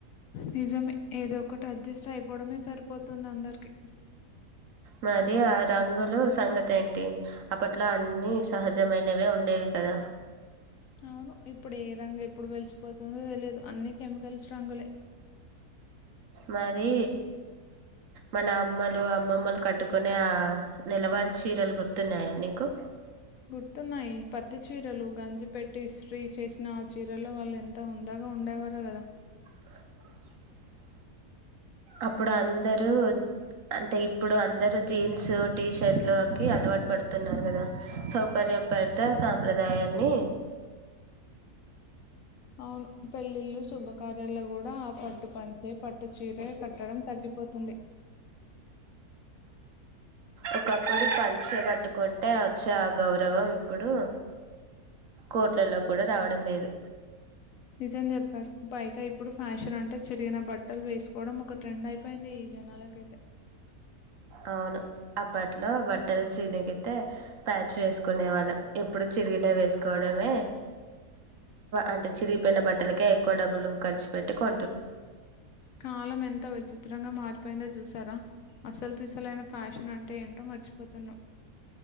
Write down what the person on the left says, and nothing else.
నిజమే ఏదో ఒకటి అడ్జస్ట్ అయిపోవడమే సరిపోతుంది అందరికి
అవును ఇప్పుడు ఏ రంగు ఎప్పుడు వెలిసిపోతుందో తెలియదు అన్ని కెమికల్స్ రంగులే
గుర్తున్నాయి పట్టు చీ చీరలు గంజి పెట్టి ఇస్త్రీ చేసిన ఆ చీరలో వాళ్ళు ఎంత హుందగా ఉండేవారు కదా
అవును పెళ్ళిళ్ళు శుభకార్యాల్లో కూడా ఆ పట్టు పంచే పట్టు చీర కట్టడం తగ్గిపోతుంది
నిజం చెప్పారు పైగా ఇప్పుడు ఫ్యాషన్ అంటే చిరిగిన బట్టలు వేసుకోవడం ఒక ట్రెండ్ అయిపోయింది జనాలకైతే
కాలం ఎంత విచిత్రంగా మారిపోయిందో చూసారా అసలు అసలైన ఫ్యాషన్ అంటే ఏంటో మర్చిపోతున్నాం